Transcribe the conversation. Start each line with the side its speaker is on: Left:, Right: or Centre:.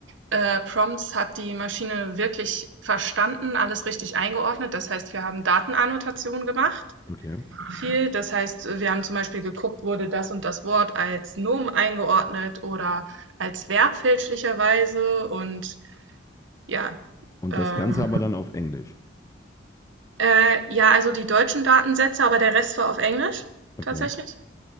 Right: äh, Prompts hat die Maschine wirklich verstanden, alles richtig eingeordnet. Das heißt, wir haben Datenannotationen gemacht,
Left: Okay.
Right: viel. Das heißt, wir haben zum Beispiel geguckt, wurde das und das Wort als Nomen eingeordnet oder als Verb fälschlicherweise und ja,
Left: Und
Right: ähm,
Left: das Ganze aber dann auf Englisch.
Right: äh, ja, also die deutschen Datensätze, aber der Rest war auf Englisch
Left: Okay,
Right: tatsächlich.